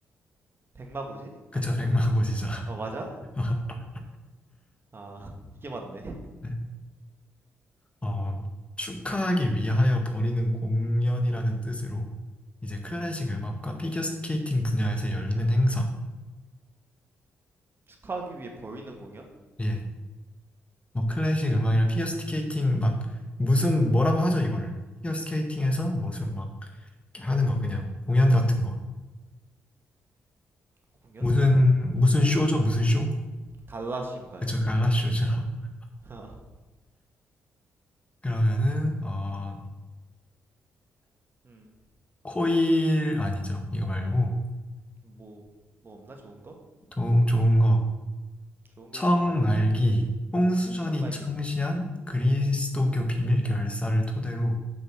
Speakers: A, on the right (about 40°); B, on the left (about 20°).
A: 백마고지?
B: 그쵸,
A: 아닌데.
B: 백마고지죠. <laughs>
A: 어, 맞아? 아, <laughs> 이게 맞네.
B: 네. 어, 축하하기 위하여 벌이는 공연이라는 뜻으로 이제 클래식
A: 음,
B: 음악과 피겨 스케이팅 분야에서 열리는 행사.
A: 축하하기 위해 벌이는 공연?
B: 예. 뭐 클래식 음악이나 피겨 스케이팅 막 무슨 뭐라고 하죠, 이거를. 피겨 스케이팅에서 무슨 막 이렇게 하는 거 그냥 공연 같은 거.
A: 공연?
B: 무슨
A: 뭐
B: 무슨 쇼죠? 무슨 쇼?
A: 갈라시온가요?
B: 그쵸, 갈라 쇼죠. <laughs>
A: <laughs>
B: 그러면은 어
A: 음,
B: 코일 아니죠. 이거 말고
A: 뭐 뭐 없나 좋은 거?
B: 좀 좋은 거
A: 좋은
B: 청말기
A: 걸 좀 가봐.
B: 홍수전이
A: 정말기.
B: 창시한 그리스도교 비밀 결사를 토대로